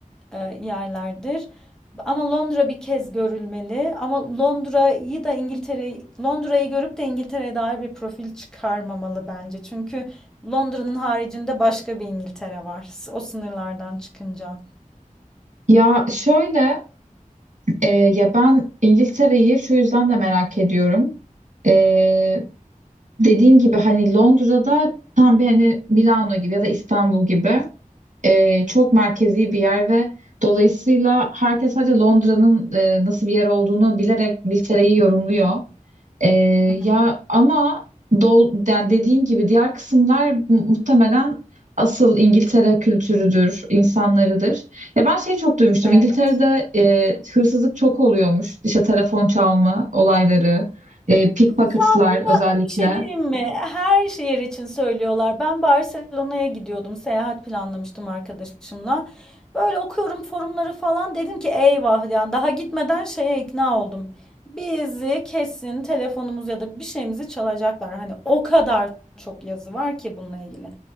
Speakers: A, in the centre; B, on the right.
A: e, yerlerdir. Ama Londra bir kez görülmeli. Ama Londra'yı da İngiltere, Londra'yı görüp de İngiltere'ye dair bir profil çıkarmamalı bence. Çünkü Londra'nın haricinde başka bir İngiltere var. O sınırlardan çıkınca.
B: Ya şöyle, e, ya ben İngiltere'yi şu yüzden de merak ediyorum. E, dediğin gibi hani Londra'da tam bir hani Milano gibi ya da İstanbul gibi. e, çok merkezi bir yer ve dolayısıyla herkes sadece Londra'nın e, nasıl bir yer olduğunu bilerek İngiltere'yi yorumluyor. E,
A: Hı hı.
B: ya ama do, yani dediğin gibi diğer kısımlar mu- muhtemelen asıl İngiltere kültürüdür, insanlarıdır. Ya ben şey çok duymuştum.
A: Evet.
B: İngiltere'de e, hırsızlık çok oluyormuş. İşte telefon çalma olayları, e, pickpocketlar
A: Ya bunu
B: özellikle.
A: bir şey diyeyim mi? Her şehir için söylüyorlar. Ben Barcelona'ya gidiyordum. Seyahat planlamıştım arkadaşımla. Böyle okuyorum forumları falan. Dedim ki eyvah yani daha gitmeden şeye ikna oldum. Bizi kesin telefonumuz ya da bir şeyimizi çalacaklar. Hani o kadar çok yazı var ki bununla ilgili.